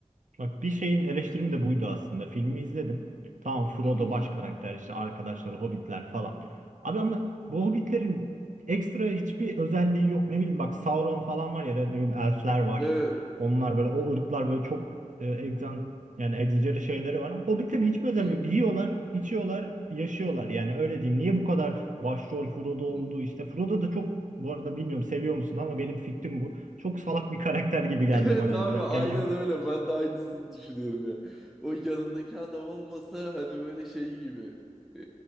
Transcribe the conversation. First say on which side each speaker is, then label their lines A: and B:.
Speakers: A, on the right (about 75°); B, in the centre.
A: Bak bir şeyin eleştirim de buydu aslında. Filmi izledim. Tamam Frodo
B: Hı hı.
A: baş karakter işte arkadaşları hobbitler falan.
B: Hı.
A: Abi ama bu hobbitlerin ekstra hiçbir özelliği yok. Ne bileyim bak Sauron falan var ya da ne bileyim elfler var.
B: Evet.
A: Onlar böyle o ırklar böyle çok e, egzan yani egzajeri şeyleri var ama hobbitlerin hiçbir özelliği
B: Ha.
A: yok. Yiyorlar, içiyorlar, yaşıyorlar. Yani öyle diyeyim. Niye bu kadar başrol Frodo oldu
B: Hı.
A: işte. Frodo da çok bu arada bilmiyorum seviyor musun ama benim fikrim bu. Çok salak bir karakter gibi geldi
B: Evet
A: bana
B: abi
A: izlerken
B: aynen
A: yani.
B: öyle. Ben de aynısını düşünüyorum ya. O yanındaki adam olmasa hani böyle şey gibi. e,